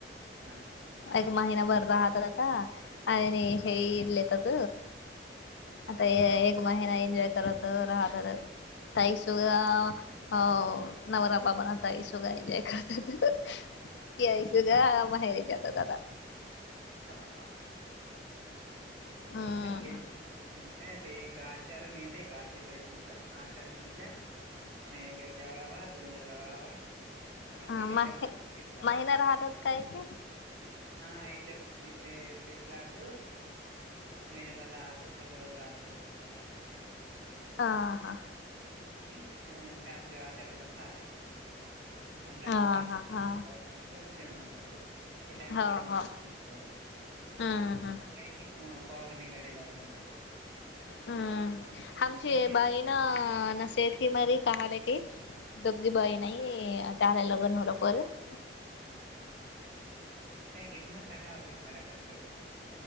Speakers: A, on the right; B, on the left.
A: हा हा
B: एक महिनाभर राहतात आता आणि हेलेेतात
A: हा
B: आता
A: हा
B: एक महिना एन्जॉय करत राहत ताई सुधा अ नवरापा बनताई सुोगा एन्जॉय करतात
A: हां
B: सग माहेरी जाताताता
A: हा हा
B: हम्म
A: ख ग अमटे आ तेका आचारमेत आर्दी पच आषाढा म्हंटल्या मयरर जवावा दोन रवावा येथे
B: हा
A: फिड
B: माहि
A: फिरून
B: महिना राहतात काय की
A: हाले इटले प्लेस लात महिनाभर राहत पंधरा वाज राहतात राहत
B: ह हा
A: काणी त्यांच्या आचार दो राते म्हटलं अमाष्ट
B: हा हा हा
A: तुलसी जन म्हणतात हे टामच
B: हो
A: घणारणारजो
B: हो हम्म
A: काय
B: हम्म
A: ह पौर्णममी गडलाारनंतु
B: हम्म हमची
A: हे
B: बाई ना ना सेत की मरी काहाले क दगदीी बाई नाही त्याला लग्न होलं परत
A: हम काय ग म्हण सांगा होत की मला जास्तवस